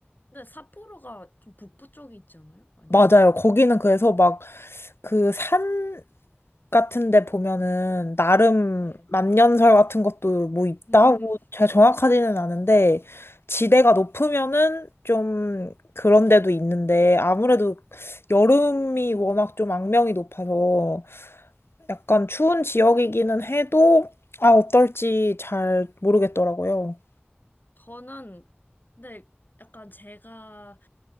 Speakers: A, on the left; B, on the left.
A: 근데 삿포로가 좀 북부 쪽에 있지 않아요? 아닌가?
B: 맞아요. 거기는 그래서 막 그 산 같은데 보면은 나름
A: 네.
B: 만년설 같은 것도 뭐 있다고
A: 음, <laughs>
B: 잘 정확하지는 않은데 지대가 높으면은 좀 그런 데도 있는데 아무래도 여름이 워낙 좀 악명이 높아서 약간 추운 지역이기는 해도 아 어떨지 잘 모르겠더라고요.
A: 저는, 근데 약간 제가